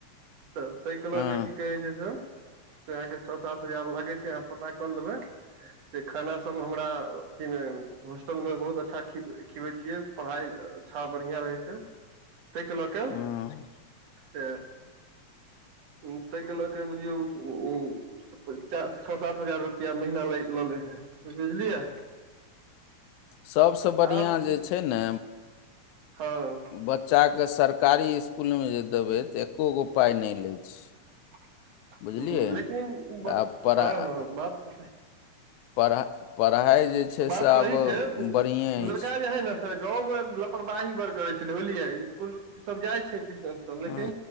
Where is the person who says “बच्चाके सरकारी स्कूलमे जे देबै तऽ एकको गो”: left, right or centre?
Left